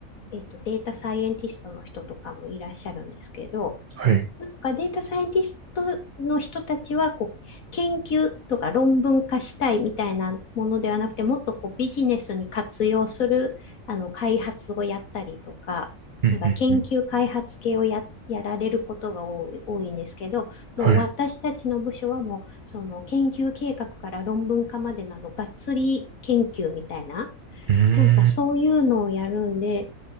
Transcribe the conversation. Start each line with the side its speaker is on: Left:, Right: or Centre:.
Left: えっと、データサイエンティストの人とかもいらっしゃるんですけど、
Right: はい。
Left: なんかデータサイエンティストの人たちはこう研究とか論文化したいみたいなものではなくて、もっとこうビジネスに活用するあの開発をやったりとか、
Right: うん、
Left: なんか研究開発系をや、
Right: うん、うん。
Left: やられることが多い、多いんですけど、
Right: はい。
Left: もう私たちの部署はもうその研究計画から論文化までなのがっつり研究みたいな、
Right: うー
Left: なんかそういうのをやるんで、
Right: ん、